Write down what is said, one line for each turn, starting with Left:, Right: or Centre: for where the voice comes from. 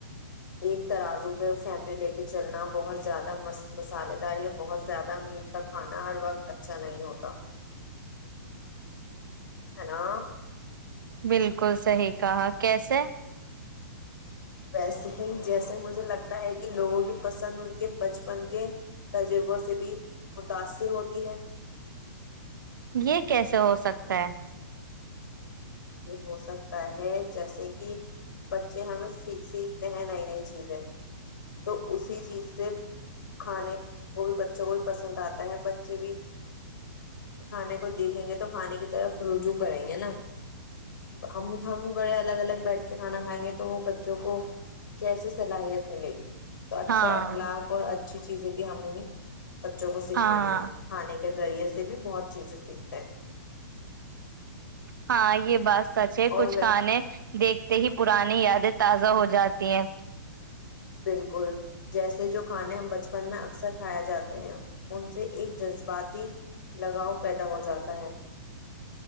Left: ایک ترازو پہ فیملی لے کے چلنا بہت زیادہ مس مسالے دار یا بہت زیادہ میٹھا کھانا ہر وقت اچھا نہیں ہوتا ہیں نا
Right: بالکل صحیح کہا کیسے
Left: ویسے ہی جیسے مجھے لگتا ہے کہ لوگوں کی پسند ان کے بچپن کے تجربوں سے بھی متاثر ہوتی ہے
Right: یہ کیسے ہو سکتا ہے
Left: یہ ہو سکتا ہے جیسے کہ بچے ہمیں سے سیکھتے ہیں نئی نئی چیزیں تو اسی چیز سے کھانے وہ بھی بچھو کو بھی پسند آتا بچے بھی کھانے کو دیکھیں ہے تو کھانے کی طرف رجوع کریں گے نا ہم ہم بھی بڑے الگ الگ بیٹھ کے کھانا کھائیں گے تو بچوں کو کیسی صلاحیت ملے گی تو اچھے
Right: ہاں
Left: اخلاق اور اچھی چیزوں کی ہمیں بچوں کو سکھانی
Right: ہاں
Left: ہے کھانے کے کے ذریعے سے بھی بہت چیزیں سیکھتے ہیں
Right: ہاں یہ بات سچ ہے
Left: اور
Right: کچھ
Left: وہ
Right: کھانے دیکھتے ہی پ پرانی یاد تازا ہوجاتی ہے
Left: بالکل جیسے جو کھانے ہم بچپن میں اکثر کھایا جاتا ان سے ایک جذباتی لگاؤ پیدا ہو جاتا ہے